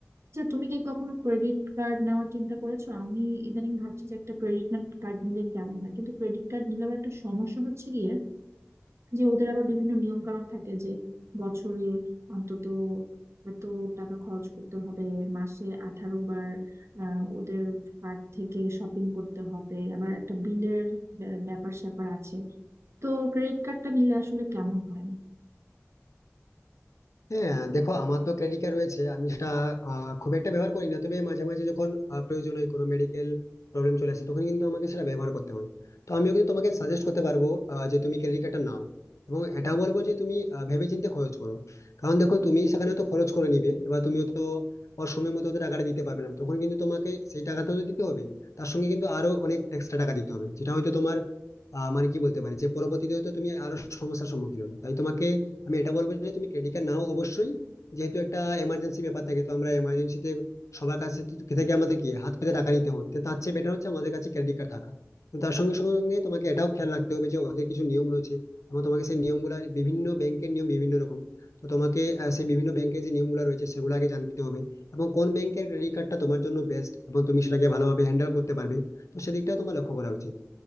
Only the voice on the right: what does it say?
আচ্ছা তুমি কি কখনো ক্রেডিট কার্ড নেওয়ার চিন্তা করেছো আমি ইদানিং ভাবছি যে একটা ক্রেডিট কার্ড নিলে কেমন হয় কিন্তু ক্রেডিট কার্ড নিলে আবার একটা সমস্যা হচ্ছে গিয়ে যে ওদের আবার বিভিন্ন নিয়ম কানুন থাকে যে বছরে অন্তত এত টাকা খরচ করতে হবে মাসে আঠারো বার আহ, ওদের কার্ড থেকে শপিং করতে হবে আবার একটা বিলের ব্যাপার স্যাপার আছে তো ক্রেডিট কার্ডটা নিলে আসলে কেমন হয়